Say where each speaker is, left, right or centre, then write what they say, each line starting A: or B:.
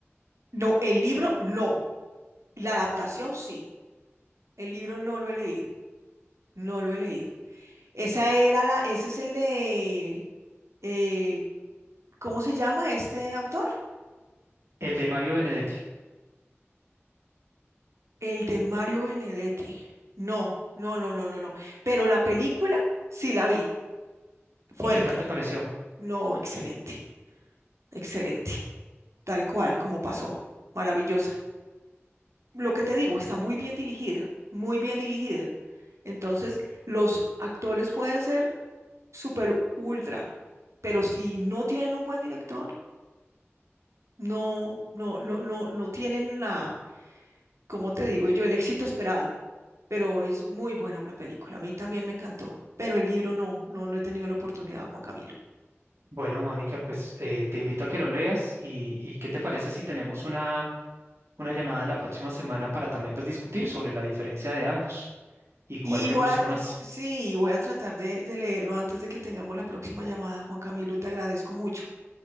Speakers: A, on the right; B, on the right.
A: No, el libro no. La adaptación sí. El libro no lo he leído. No lo he leído. Esa era la, ese es el de, eh, ¿cómo se llama este autor?
B: El de Mario Benedetti.
A: El de Mario Benedetti. No, no, no, no, no, no. Pero la película sí la vi.
B: ¿Y
A: Fuerte.
B: qué tal te pareció?
A: No, excelente, excelente. Tal cual como pasó. Maravillosa. Lo que te digo, está muy bien dirigida, muy bien dirigida. Entonces, los actores pueden ser super ultra, pero si no tienen un buen director, no, no, no, no, no tienen la, como te digo yo, el éxito esperado. Pero es muy buena la película. A mí también me encantó. Pero el libro no, no, no he tenido la oportunidad, Juan Camilo.
B: Bueno, Mónica, pues eh, te invito a que lo leas y, y ¿qué te parece si tenemos una, una llamada la próxima semana para también pues discutir sobre la diferencia de ambos y cuál
A: Y
B: te
A: voy
B: gustó
A: a,
B: más?
A: sí, voy a tratar de, de leerlo antes de que tengamos la próxima llamada, Juan Camilo. Te agradezco mucho.